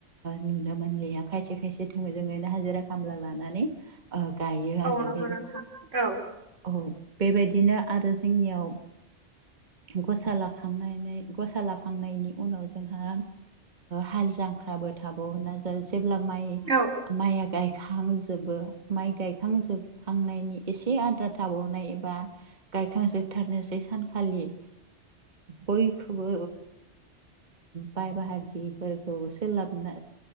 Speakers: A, on the right; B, on the right.
A: नुनो मोनलिया खायसे खायसे थोजोंङैनो हाजिरा खामला लानानै गायो आरो
B: औ नंगौ
A: बे
B: नोंथां औ
A: औ बेबायदिनो आरो जोंनियाव
B: <inaudible>
A: गसा लाखांनानै गसा लाखांनायनि उनाव जोंहा हाल जां ख्राबो थाबावोना जेब्ला माइ
B: औ
A: माइआ गायखांजोबो माइ गायखांजोब नायनि एसे आद्रा थाबावनाय एबा गायखांजोबथारनोसै सानखालि बयखौबो बाय बाहागिफोरखौ सोलाबनो